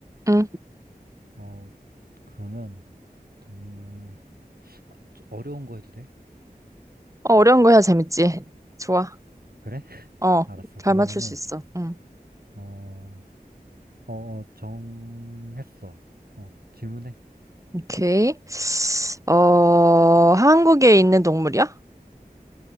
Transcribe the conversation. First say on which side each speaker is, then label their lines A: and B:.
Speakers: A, on the right; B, on the right.
A: 응.
B: 어, 그러면 동물 좀 어려운 거 해도 돼?
A: 어, 어려운 거 해야 재밌지. 좋아.
B: 그래? <laughs>
A: 어,
B: 알았어.
A: 잘
B: 그러면은
A: 맞출 수 있어. 응.
B: 어, 어, 어, 정했어. 어, 질문해.
A: 오케이. 어, 한국에 있는 동물이야?